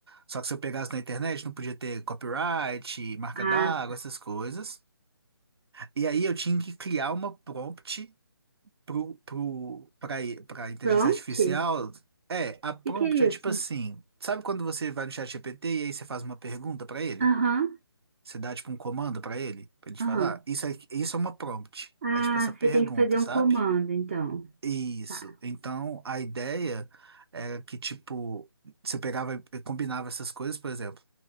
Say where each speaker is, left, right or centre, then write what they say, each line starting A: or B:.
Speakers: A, on the right; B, on the right.
A: Só que se eu pegasse na internet, não podia ter copyright, marca
B: Ah,
A: d'água, essas coisas. E aí eu tinha que criar uma prompt. pro, pro, pra, pra inteligência
B: prompt?
A: artificial,
B: O
A: é, a prompt
B: que que é
A: é tipo
B: isso?
A: assim, sabe quando você vai no chat GPT e aí você faz uma pergunta pra ele?
B: Aham.
A: Você dá tipo um comando pra ele, pra ele te
B: Aham.
A: falar, isso é, isso é uma prompt.
B: Ah,
A: É tipo essa pergunta,
B: você tem que fazer
A: sabe?
B: um comando, então.
A: Isso.
B: Tá.
A: Então, a ideia era que tipo, você pegava e combinava essas coisas, por exemplo,